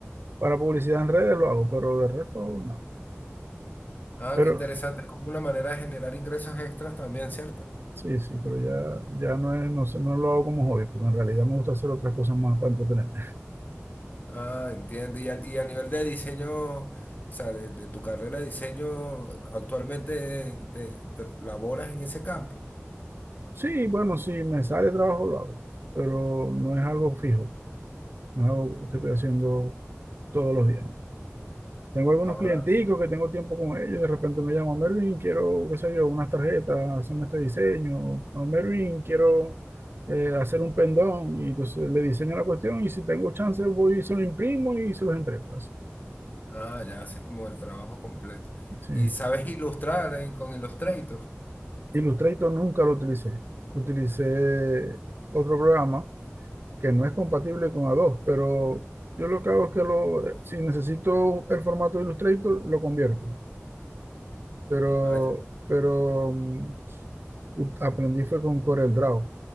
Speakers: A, on the right (about 50°); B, on the left (about 40°).
A: para publicidad en redes, lo hago, pero de resto no.
B: Ah,
A: Pero,
B: qué interesante, es como una manera de generar ingresos extras también, ¿cierto?
A: Sí, sí, pero ya, ya no es, no sé, no lo hago como hobby, porque en realidad me gusta hacer otras cosas más para entretenerme.
B: Ah, entiendo. Y a, y a nivel de diseño, o sea, de, de tu carrera de diseño, actualmente eh, te, te laboras en ese campo.
A: Sí, bueno, si me sale trabajo lo hago, pero no es algo fijo, no es algo que estoy haciendo todos los días, ¿no? Tengo algunos
B: Ahora,
A: clienticos que tengo tiempo con ellos, de repente me llaman, Mervin, quiero, qué sé yo, unas tarjetas, hacerme este diseño, o Mervin, quiero eh, hacer un pendón, y entonces le diseño la cuestión, y si tengo chance voy y se lo imprimo y se los entrego, así.
B: ah, ya haces como el trabajo completo.
A: Sí.
B: Y sabes ilustrar en- con Illustrator.
A: Illustrator nunca lo utilicé. Utilicé otro programa que no es compatible con Adobe, pero yo lo que hago es que lo, si necesito el formato de Illustrator, lo convierto. Pero,
B: Ah, ya.
A: pero mm, u- aprendí fue con CorelDRAW